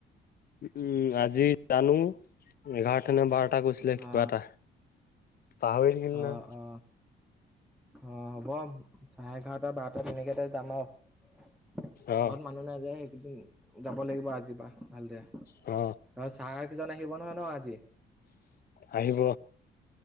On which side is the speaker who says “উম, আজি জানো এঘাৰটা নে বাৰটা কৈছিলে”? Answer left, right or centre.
Left